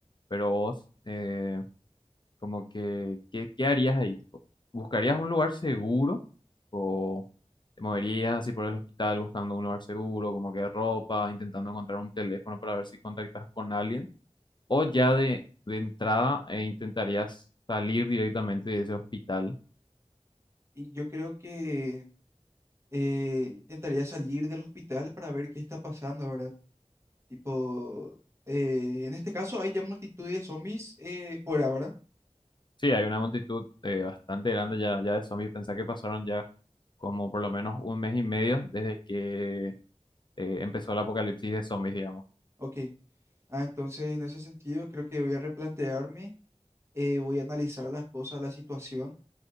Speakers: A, on the left; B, on the right.
A: Pero vos, eh, como que, ¿qué, qué harías ahí? Tipo, ¿Buscarías un lugar seguro o te moverías así por el hospital buscando un lugar seguro, como que ropa, intentando encontrar un teléfono para ver si contactas con alguien? ¿O ya de, de entrada eh, intentarías salir directamente de ese hospital?
B: Y yo creo que eh, intentaría salir del hospital para ver qué está pasando, ¿verdad? Tipo, eh, en este caso hay ya multitud de zombies eh, fuera, ¿verdad?
A: Sí, hay una multitud eh, bastante grande ya, ya de zombies. Pensá que pasaron ya como por lo menos un mes y medio desde que eh, empezó el apocalipsis de zombies, digamos.
B: Ok. Ah, entonces en ese sentido creo que voy a replantearme, eh, voy a analizar las cosas, la situación